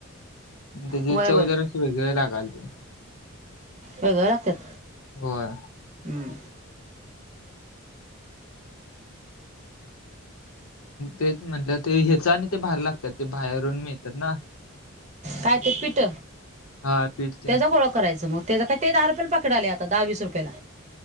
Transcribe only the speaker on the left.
त्याची
चव
जरास वेगळी लागालती.
होय
तेच म्हंटलं ते ह्याचं आणि ते भारी लागतात ते बाहेरून मिळतात ना
हा पीठ ते